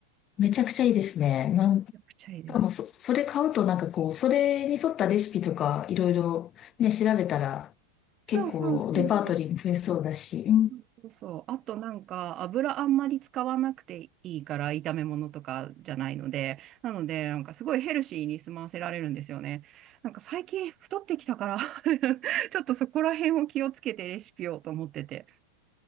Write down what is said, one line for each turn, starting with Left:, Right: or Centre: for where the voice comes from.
Left: めちゃくちゃいいですね。なんし
Right: めちゃくちゃいいです。
Left: かもそ、それ買うとなんかこう、それに沿ったレシピとかいろいろね、調べたら
Right: そうそうそうそう。
Left: 結構レパートリーも増えそうだし。うん、
Right: そうそうそう。あとなんか、油あんまり使わなくていいから、炒め物とかじゃないので、なので、なんかすごいヘルシーに済ませられるんですよね。なんか最近太ってきたから <laughs> ちょっとそこら辺を気をつけてレシピをと思ってて。